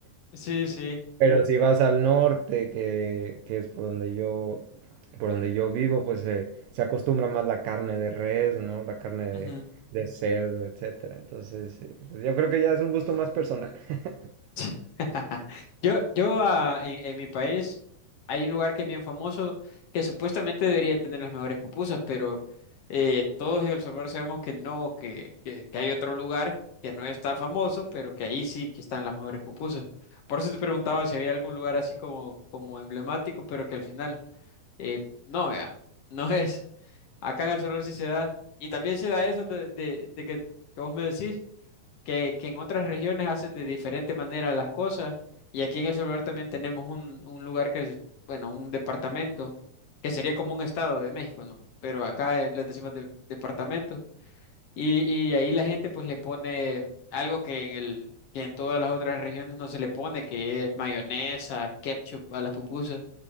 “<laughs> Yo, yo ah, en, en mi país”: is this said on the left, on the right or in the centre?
Left